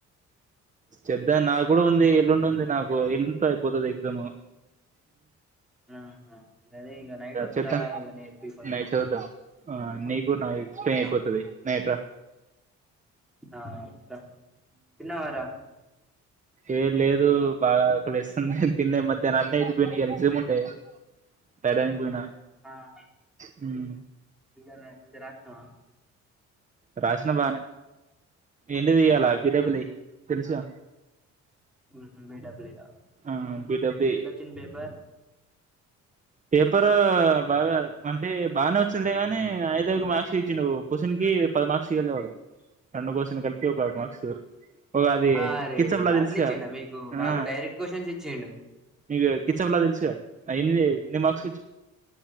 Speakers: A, on the right (about 25°); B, in the centre.
A: చెప్దాం నాకు కూడా ఉంది ఎల్లుండింది నాకు ఎలుండ్తో అయిపోతది ఎక్సమ్
B: ఆ హ గదే ఇంక నైట్టోత
A: చేద్దాం
B: ఇగ నేర్పి కొంచెం
A: నైట్ చదువుదాం ఆ నీకు నా ఎక్స్ప్లెయిన్
B: ఉమ్,
A: అయిపోతుది నైట్రా
B: ఆ వొత తిన్నవారా
A: ఏ లేదు బాగా ఆకలేస్తుంది తిన్లే మధ్యాహ్న అట్లే అయిపోయింది ఎక్సమ్ ఉండే రైడాన్కి పోయిన
B: ఆహా
A: హ్మ్
B: రివిజన్ అయ్ మంచిగా రాస్నవా
A: రాస్న బానే ఏంటి దియ్యాలా
B: బానే రాసినవా
A: బిడబ్ల్యూ తెల్సుగా
B: ఊహమ్ బిడబ్ల్యూ
A: ఆ బి డబుల్ ఈ
B: ఎట్లా వచ్చింది పేపర్
A: పేపరు బాగా అంటే బానే వచ్చిందిగాని ఐదైదు మార్క్స్ ఇచ్చిండు క్వశ్చన్కి పది మర్క్స్ ఇలే వాడు రెండు కొశిన్లు కలిపి ఒక ఐదు మర్క్స్ ఒక అది
B: అరే
A: కిచెమ్లా తెలుస్గ
B: అట్ల ఇచ్చిండా మీకు మాకు
A: ఆ
B: డైరెక్ట్ క్వశ్చన్స్ ఇచ్చిండు
A: మీకు కిచమ్లా తెలూస్గా అవి ఎన్ని ఎన్ని మార్క్స్